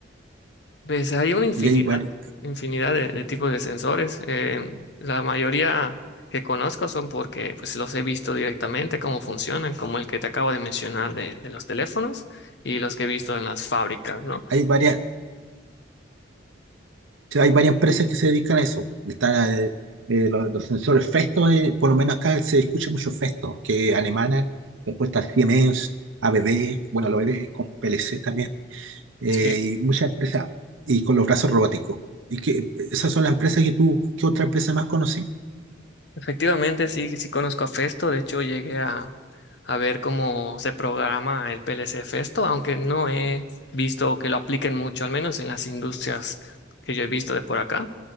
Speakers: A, on the left (about 60°); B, on the right (about 85°).
A: Pues hay una infinidad,
B: y hay, vari-
A: infinidad de, de tipos de sensores. Eh, la mayoría que conozco son porque pues, los he visto directamente, cómo funcionan, como el que te acabo de mencionar de, de los teléfonos y los que he visto en las fábricas, ¿no?
B: hay varias. sí, hay varias empresas que se dedican a eso. Están eh, eh, los, los sensores Festo, eh, por lo menos acá se escucha mucho Festo, que es alemana, después está Siemens, ABB, bueno, los ABB con PLC también, eh,
A: Sí,
B: y muchas empresas, y con los brazos robóticos. ¿Y que esas son las empresas que tú, qué otra empresa más conocí?
A: efectivamente sí, sí conozco a Festo. De hecho, llegué a, a ver cómo se programa el PLC Festo, aunque no he visto que lo apliquen mucho, al menos en las industrias que yo he visto de por acá,